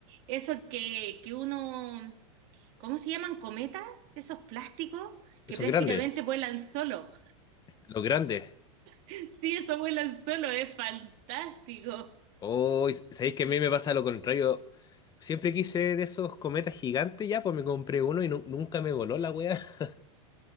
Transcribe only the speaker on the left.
Esos
grandes,
los grandes.
Oh, sabéis que a mí me pasa lo contrario. Siempre quise de esos cometas gigantes ya, pues me compré uno y nu- nunca me voló la wea. <laughs>